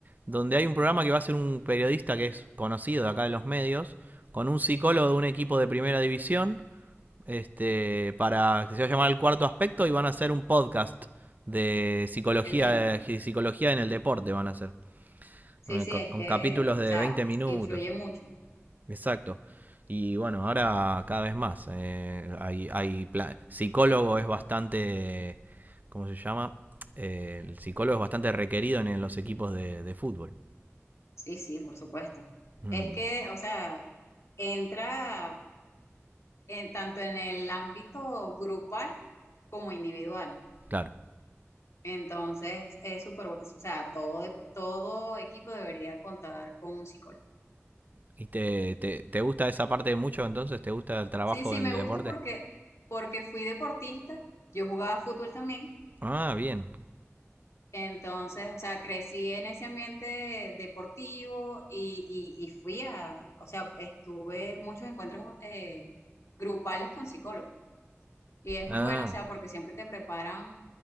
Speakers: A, on the right (about 35°); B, on the left (about 75°).
A: donde hay un programa que va a ser un periodista que es conocido de acá en los medios, con un psicólogo de un equipo de primera división, este, para que se va a llamar el cuarto aspecto y van a hacer un podcast de psicología,
B: Qué bien.
A: de psicología en el deporte, van a hacer,
B: Sí,
A: eh,
B: sí,
A: con,
B: es
A: con
B: que,
A: capítulos
B: o
A: de
B: sea,
A: 20 minutos.
B: influye mucho.
A: Exacto. Y bueno, ahora cada vez más. eh, hay, hay pla- psicólogo es bastante, ¿cómo se llama? Eh, el psicólogo es bastante requerido en, en los equipos de, de fútbol.
B: Sí, sí, por supuesto.
A: Mm,
B: Es que, o sea, entra en tanto en el ámbito grupal como individual.
A: claro.
B: Entonces, es súper, bu- o sea, todo, de- todo equipo debería contar con un psicólogo.
A: ¿Y te, te, te gusta esa parte mucho entonces? ¿Te gusta el trabajo
B: Sí, sí,
A: en
B: me
A: el
B: gusta
A: deporte?
B: porque, porque fui deportista, yo jugaba fútbol también,
A: Ah, bien.
B: Entonces, o sea, crecí en ese ambiente deportivo y, y- y fui a, o sea, estuve muchos encuentros eh, grupales con psicólogos. Y es muy
A: Ah,
B: bueno, o sea, porque siempre te preparan